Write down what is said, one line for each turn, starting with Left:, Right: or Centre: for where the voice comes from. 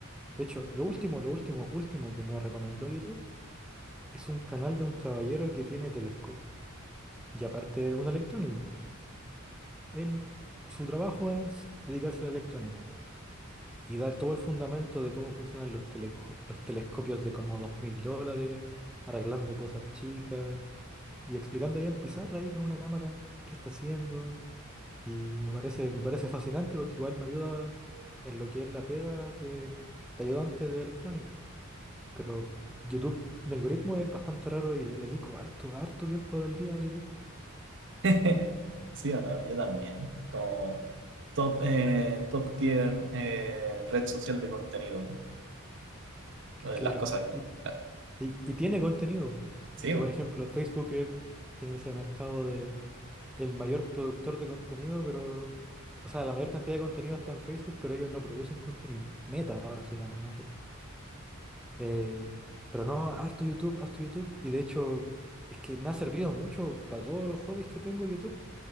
Centre: De hecho, lo último, lo último, último que me recomendó YouTube es un canal de un caballero que tiene telescopio. Y aparte un electrónico. Él, su trabajo es dedicarse a la electrónica. y dar todo el fundamento de cómo funcionan los, teleco- los telescopios de como dos mil dólares, arreglando cosas chicas y explicando ahí en pizarra ahí con una cámara qué está haciendo. Y me parece, me parece fascinante porque igual me ayuda en lo que es la pega que te ayuda antes de electrónica. Pero YouTube, mi algoritmo es bastante raro y le dedico harto, harto tiempo del día a YouTube.
Right: <laughs> sí o no, yo también. Es como top, eh, top tier eh, red social de contenido.
Centre: Que
Right: Eh,
Centre: claro,
Right: Las cosas.
Centre: y,
Right: ah,
Centre: y, y tiene contenido. po.
Right: Sí,
Centre: Porque
Right: bueno,
Centre: por ejemplo Facebook es- tiene ese mercado el mayor productor de contenido, pero... O sea, la mayor cantidad de contenido está en Facebook, pero ellos no producen contenido. Meta ahora se llama, no Facebook. Eh, pero no, harto YouTube, harto YouTube. Y de hecho, es que me ha servido mucho para todos los hobbies que tengo YouTube.